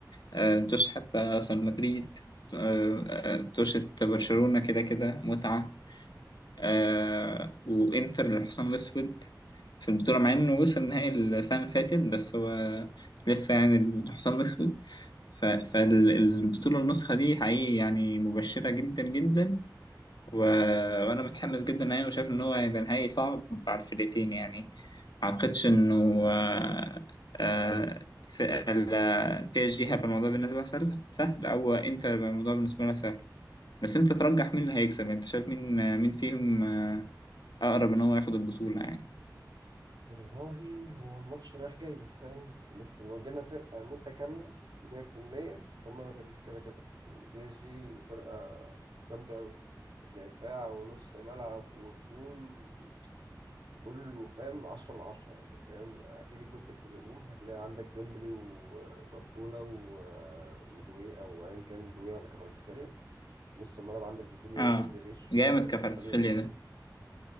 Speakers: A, on the left; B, on the right.
A: آه، متوشه حتى اصلا مدريد آه، آه، متوشه برشلونه كده كده متعه آه، وانتر للحصان الاسود في البطوله مع انه وصل نهائي السنه اللي فاتت بس هو لسه يعني الحصان الاسود ف- فالبطولة النسخة دي حقيقي يعني مبشرة جدا جدا و... وأنا متحمس جدا نهائي وشايف إن هو هيبقى نهائي صعب على الفرقتين يعني ما أعتقدش إنه آه، آه، في ال- بي اس جي هيبقى الموضوع بالنسبة لها سهل سهل أو أنت هيبقى الموضوع بالنسبة لها سهل بس أنت ترجح مين اللي هيكسب أنت شايف مين مين فيهم آه، أقرب إن هو ياخد البطولة يعني
B: والله هو الماتش رايح جاي فاهم بس لو جينا فرقة متكاملة 100% فهم باريس كده كده يعني بي اس جي فرقة جامدة أوي دفاع ونص ملعب وهجوم كله فاهم عشرة من عشرة يعني فاهم هتيجي تبص في الهجوم هتلاقي عندك ديمبلي وباركولا و... ودوي أو أيا كان دوي ولا كفاراتسخيليا في نص الملعب عندك فيتينيا
A: آه
B: وروبن نيفيش
A: جامد
B: وفابيان
A: كفاراتسخيليا
B: لويز
A: ده